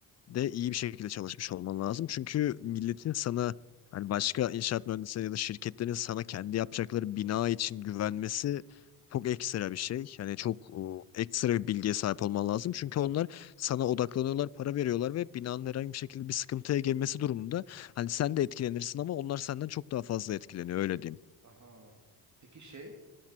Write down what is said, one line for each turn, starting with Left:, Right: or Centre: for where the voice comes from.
Left: de iyi bir şekilde çalışmış olman lazım. Çünkü milletin sana hani başka inşaat mühendisleri ya da şirketlerin sana kendi yapacakları bina için güvenmesi çok ekstra bir şey. Yani çok o, ekstra bir bilgiye sahip olman lazım. Çünkü onlar sana odaklanıyorlar, para veriyorlar ve binanın herhangi bir şekilde bir sıkıntıya girmesi durumunda hani sen de etkilenirsin ama onlar senden çok daha fazla etkileniyor öyle
Right: Aha peki şey